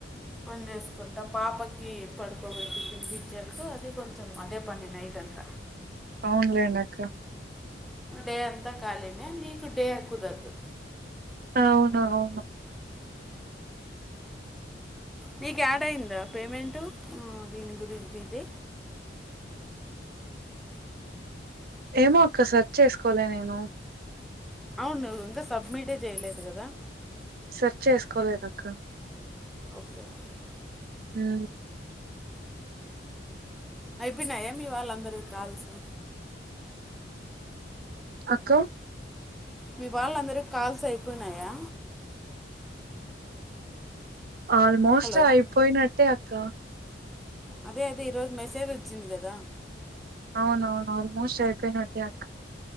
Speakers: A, in the centre; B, on the right (about 55°).
A: పని చేేసుకుంటా పాపకి పడుకోబట్టి తినిపించేలకే అది కొంచెం అదే పని నైట్ అంత
B: అవునులేండి అక్క
A: డే అంతా కాలినే నీకు డే కుదరదు
B: అవును అవును
A: నీకు యాడ్ అయింద పేమెంట్ ఆ దీన గురి దీదే
B: ఏమో అక్క సర్చ్ చేసుకోలే నేను
A: అవును ఇంకా సబ్మిటే జేయలేదు కదా
B: సర్చ్ చేసుకోలేదాక్క
A: ఓకే ఓకే
B: ఉ
A: అయిపోయినాయ మీ వాళ్ళందరివి కాల్సు
B: అక్క
A: మీ వాళ్ళ అందరువి కాల్స్ అయిపోయినాయా
B: ఆల్మోస్ట్
A: హలో
B: అయిపోయినట్టే అక్క
A: అదే అదే ఈరోజు మెసేజ్ వచ్చింది కదా
B: అవునవును ఆల్మోస్ట్ అయిపోయినట్టే అక్క